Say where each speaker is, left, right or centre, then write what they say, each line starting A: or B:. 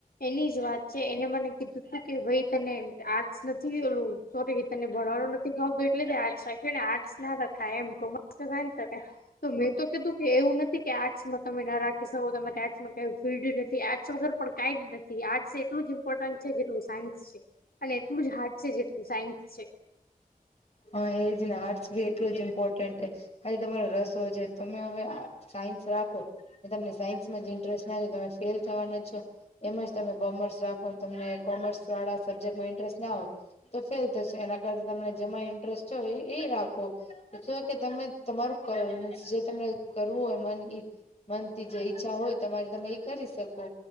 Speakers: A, on the left; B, on the left.
A: એની જ વાત છે એને મને કીધું તું કે ભાઈ તને આ <unintelligible> એલું તો તને ભણાવેલો? એટલે આર્ટસ રાખે આર્ટ્સ ના રખાય એમ કોમર્સને ત તો મેં તો કીધું કે એવું નથી કે આર્ટસમાં તમે ના રાખી શકો તમા આર્ટમાં ક ફિલ્ડ નથી આર્ટસ વગર પણ કઈ જ નથી. આર્ટ્સ એટલું જ ઇમ્પોર્ટન્ટ છે જેટલું સાયન્સ છે અને <unintelligible> જેટલું સાયન્સ છે.
B: હા એજને હર્ટસ બી એટલું જ ઇમ્પોર્ટન્ટ હે ખાલી તમારો રસો છે તમે હવે સાયન્સ રાખો તમને સાયન્સમાં જ ઇન્ટરેસ્ટ ના તમે ફેલ થવાના છો. એમાંજ તમે કોમર્સ રાખો તમને કોમર્સ વાળા સબ્જેક્ટમાં ઇન્ટરેસ્ટ ના હો તો ફેલ થશે એના કરતા તમને જેમાં ઇન્ટરેસ્ટ છે એ રાખો. છ કે તમે તમારું મીસ જે તમને કરવું હોય મન ઈ મનથી જે ઈચ્છા હોય તમારે તમે એ કરી શકો.